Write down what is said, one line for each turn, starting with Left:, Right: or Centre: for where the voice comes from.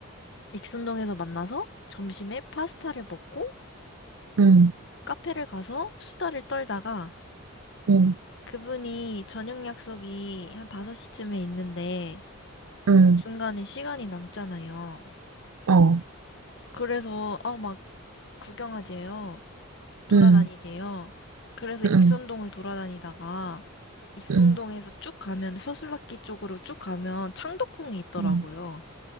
Left: 익선동에서 만나서 점심에 파스타를 먹고,
Right: 응,
Left: 카페를 가서 수다를 떨다가,
Right: 응,
Left: 그분이 저녁 약속이 한 5시쯤에 있는데
Right: 응,
Left: 중간에 시간이 남잖아요.
Right: 어,
Left: 그래서 아, 막 구경하재요. 돌아다니재요.
Right: 응,
Left: 그래서
Right: 응,
Left: 익선동을 돌아다니다가 익선동에서
Right: 응,
Left: 쭉 가면 서술락기 쪽으로 쭉 가면 창덕궁이 있더라고요.
Right: 응,